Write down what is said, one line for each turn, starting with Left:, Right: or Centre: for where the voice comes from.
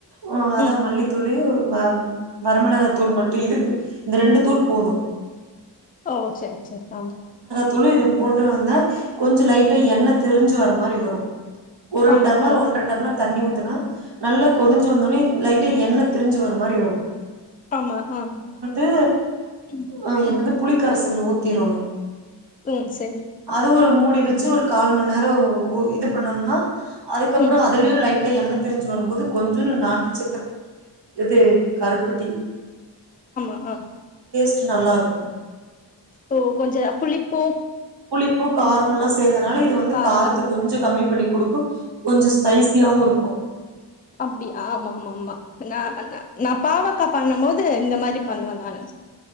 Right: ஹான் அதான்
Left: ம்
Right: மல்லித்தூளு வ வரமெளகா தூள் மட்டும் இதுக்கு இந்த ரெண்டு தூள் போது
Left: ஓ செர் செர் ஆமா
Right: துளிது போட்டு வந்தா கொஞ்சம் லைட்டா எண்ண திரிஞ்சு வர மாரி வரும் ஒரு
Left: ஆமா
Right: டம்ளர்
Left: ஓ
Right: ஒன்றர டம்ளர் தண்ணி ஊத் த்துனா நல்லா கொதிஞ்சி வந்தோன்னயே லைட்டா எண்ணை திரிஞ்சி வர மாரி வரு
Left: ஆமா ஆ
Right: ந்து
Left: ம்
Right: ஆஹ் என்னது
Left: ம்
Right: புளிக்க விசில் ஊத்திரணு
Left: ம் சரி
Right: அது ஒரு மூடி வச்சு ஒரு கால் மண் நேரம் ஓ இது பண்னோம்னா அதுக்கப்பறம்
Left: ம்.
Right: அதுலயும் லைட் என்ன திரிஞ்சி வரும்போது கொஞ்சோண்டு நாட்டு சக்கர இது கருப்பட்டி
Left: ஆஹ்
Right: ச்சு நல்லா இருக்கும்
Left: ஓ கொஞ்ச புளிப்போ
Right: புளிப்பு காரமெல்லா சேந்தனால இது வந்து
Left: காரம்
Right: காரத்த
Left: இனிப்பு.
Right: கொஞ்ச கம்மி பண்ணி குடுக்கும் கொஞ்சம் ஸ்பைசியாவும் இருக்கும்
Left: அப்டியா ஆமா ம்மாம்மா நா வந் நா பாவக்கா பண்ணும் போது இந்த மாரி பண்ண வந்தான்னு